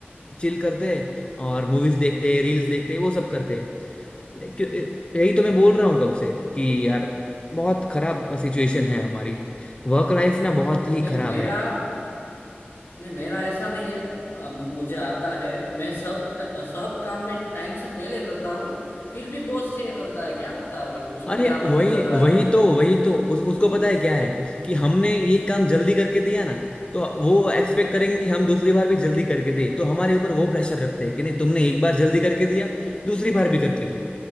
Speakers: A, on the left (about 25°); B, on the left (about 80°).
A: चिल करते हैं और मूवीज देखते हैं रील्स देखते हैं वो सब करते हैं क्यों- यही तो मैं बोल रहा हूँ कब से कि यार बहुत खराब सिचुएशन है हमारी वर्क लाइफ ना बहुत ही
B: नहीं
A: खराब
B: मेरा
A: है
B: नहीं मेरा ऐसा नहीं है अ, मुझे आता है मैं सब ट- सब काम में टाइम से पहले करता हूँ फिर भी बॉस ये करता है क्या पता अभी उसको
A: अरे
B: क्या मन
A: वही
B: में चल रहा है
A: वही
B: अभी
A: तो वही तो उस, उसको पता है क्या है कि हमने ये काम जल्दी करके दिया ना तो वो एक्सपेक्ट करेंगे कि हम दूसरी बार भी जल्दी करके दे तो हमारे ऊपर वो प्रेशर रखते हैं कि नहीं तुमने एक बार जल्दी करके दिया दूसरी बार भी करके दो